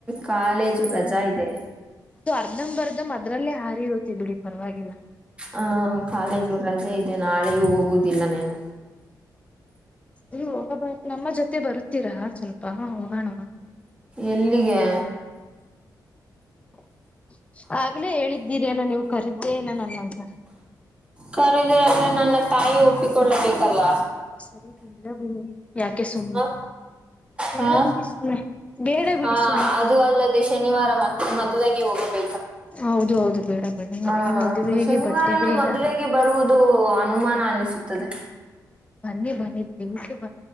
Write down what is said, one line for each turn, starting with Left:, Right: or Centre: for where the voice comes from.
Right: ಕಾಲೇಜು ರಜಾ ಇದೆ
Left: ಅರ್ದಮ್ ಬರ್ದಮ್ ಅದ್ರಲ್ಲೇ ಹಾರಿ ಇರುತ್ತೆ ಬಿಡಿ ಪರವಾಗಿಲ್ಲ
Right: ಹ ಕಾಲೇಜು ರಜೆ ಇದೆ ನಾಳೆಯೂ ಹೋಗುದಿಲ್ಲ ನೀನು
Left: ನೀ ಹೋಗ ನಮ್ಮ ಜೊತೆ ಬರುತ್ತೀರಾ ಸ್ವಲ್ಪ ಹೋಗೋಣ
Right: ಎಲ್ಲಿಗೆ
Left: <inaudible> ಆಗ್ಲೇ ಹೇಳಿದ್ದೀರಿ ಅಲ್ಲ ನೀವು ಕರೀದ್ದೇ ಇಲ್ಲ ನನ್ನಂತ
Right: ಕರೆದಿರಾದ್ರೆ ನನ್ನ ತಾಯಿ ಒಪ್ಪಿಕೊಳ್ಳಬೇಕಲ್ಲ
Left: ಸರಿ ಬಲ್ಲ ಬಮ ಯಾಕೆ ಸುಮ್ಮನೆ
Right: ಹ
Left: ಬೇಡ
Right: ಹಾ
Left: ಬಿಡಿ ಸುಮ್ಮನೆ ಬೇಡ ಬಿಡಿ
Right: ಹಾ
Left: ಸುಮ್ಮನೆ
Right: ಅದು ಅಲ್ಲದೆ ಶನಿವಾರ ಮತ್ತೆ ಮದುವೆಗೆ ಹೋಗಬೇಕು
Left: ಹೌದ ಹೌದು ಬೇಡ ಬಿಡಿ ನನಗೆ
Right: ಆ
Left: ಮದುವೆಗೆ
Right: ಶನಿವಾರನುೂ
Left: ಬಟ್ಟೆ ಇಲ್ಲ
Right: ಮದುವೆಗೆ ಬರುವುದು ಅನುಮಾನ ಅನಿಸುತ್ತದೆ
Left: ಹ ಮಷ